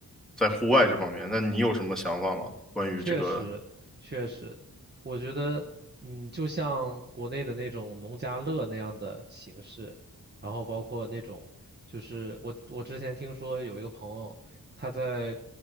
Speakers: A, in the centre; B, on the right.
A: 在户外这方面。那你有什么想法吗？关于这个？
B: 确实，确实，我觉得，嗯，就像国内的那种农家乐那样的形式，然后包括那种，就是我我之前听说有一个朋友，他在